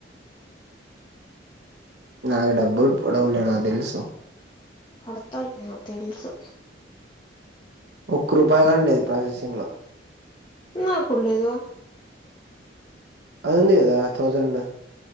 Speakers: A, on the right; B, on the left.
A: నాకు డబ్బులు పూడవులే నాకు తెలుసు
B: పడతాయి నాకు తెలుసు
A: ఒక్క రూపాయి కానీ లేదు ప్రాసెసింగ్ లో
B: నా కుడలేదు
A: అదుంది కదా థౌజండ్